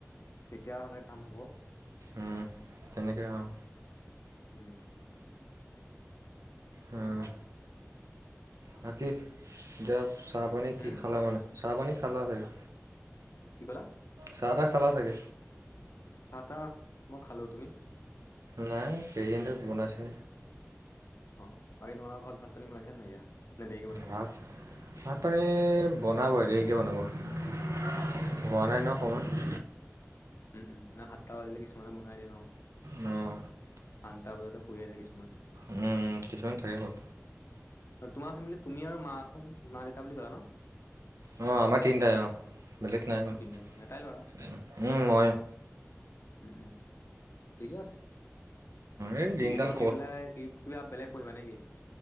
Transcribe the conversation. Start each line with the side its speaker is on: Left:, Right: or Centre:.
Left: তেতিয়া হ'লে কাম হ'ব।
Right: উম তেনেকৈ আৰু।
Left: উম।
Right: অঁ। বাকী এতিয়া চাহপানী
Left: হুম
Right: কি খালা মানে, চাহপানী খালা চাগে?
Left: কি ক'লা?
Right: চাহ তাহ খালা চাগে?
Left: চাহ তাহ মই খালো, তুমি?
Right: নাই কেইদিনতে বনাইছে।
Left: অ, বাকী তোমালোকৰ ঘৰত ভাত-পানী বনাইছে নাই এতিয়া? নে দেৰিকে বনাব
Right: ভাত, ভাত-পানী বনাব দেৰিকৈ বনাব। হোৱা
Left: অ
Right: নাই ন সময়।
Left: উম উম, না সাতটা বাজিলে কিছুমানে বনাই দিয়ে ন?
Right: অঁ।
Left: আনটা বজাতে শুই জায় কিছুমান।
Right: উম কিছুমান থাকে বাৰু।
Left: তোমাৰ ফেমিলি তুমি আৰু মা মা-দেউতা বুলি কলা ন?
Right: অ আমাৰ তিনিটাই অ, বেলেগ নাই উম
Left: তিনিটাই ন এটাই ল'ৰা
Right: মইএ।
Left: উম উম, ঠিকে আছে,
Right: এই
Left: ডিগ্ৰীটো
Right: দিনডাল
Left: পঢ়ি পেলাই কি কিবা বেলেগ পঢ়িবা নেকি?